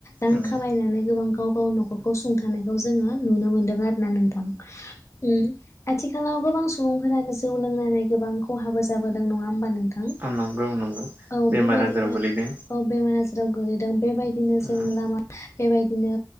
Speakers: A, on the left; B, on the right.
A: रां
B: उम
A: खामायनानै गोबां गाव खौ नखरखौ सुंथानायखौ जोङो नुनो मोनदों आरोना नोंथां। उम आथि खालाव गोबां सुबुंफोरानो जौ लोंनानै गोबां खहाबो जाबोदों। नङा होमबा नों थां?
B: आ नंगौ नंगौ
A: औ
B: बेमार
A: बेबायदिनो
B: आजाराव गोलैदों
A: औ बेमार आ जाराव गोलैदों। बेबायदिनो
B: उम
A: जों लामा बेबायदिनो